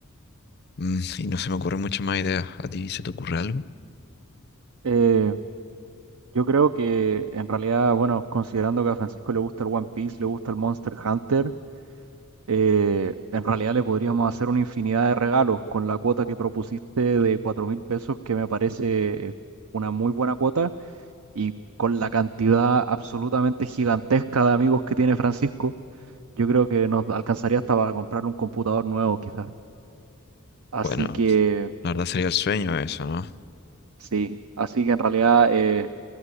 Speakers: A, on the left; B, on the right.
A: mm, y no se me ocurren muchas más ideas. ¿A ti se te ocurre algo?
B: Eh, yo creo que en realidad, bueno, considerando que a Francisco le gusta el One Piece, le gusta el Monster Hunter, eh, en realidad le podríamos hacer una infinidad de regalos con la cuota que propusiste de cuatro mil pesos, que me parece eh, una muy buena cuota, y con la cantidad absolutamente gigantesca de amigos que tiene Francisco, yo creo que nos alcanzaría hasta para comprar un computador nuevo quizás. Así
A: Bueno,
B: que
A: la verdad sería el sueño eso, ¿no?
B: sí, así que en realidad... eh,